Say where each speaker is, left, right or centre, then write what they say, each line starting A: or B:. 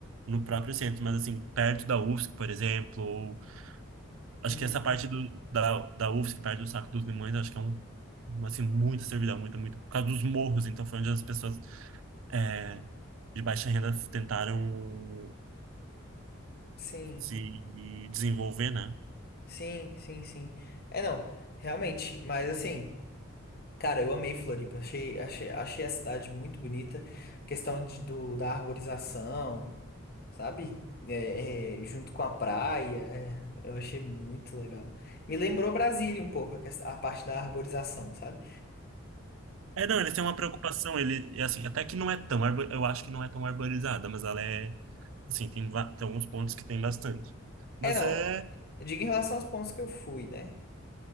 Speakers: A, on the right (about 70°); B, on the left (about 45°).
A: no próprio centro, mas assim, perto da UFSC, por exemplo, ou, acho
B: Uhum.
A: que essa parte do, da, da UFSC, perto do Saco dos Limões, acho que é um, uma, assim, muita servidão, muito, muito, por causa dos morros, então foi onde as pessoas é, de baixa renda tentaram
B: Sim,
A: se desenvolver, né?
B: sim, sim, sim. É não, realmente, mas assim, cara, eu amei Floripa, achei, achei, achei a cidade muito bonita, questão de, do, da arborização, sabe? É, é, junto com a praia, é, eu achei muito legal. Me lembrou Brasília um pouco, a, quest- a parte da arborização, sabe?
A: É, não, eles têm uma preocupação, ele, é assim, até que não é tão, arbo- eu acho que não é tão arborizada, mas ela é, assim, tem, va- tem alguns pontos que tem bastante. Mas
B: É não,
A: é,
B: eu digo em relação aos pontos que eu fui, né?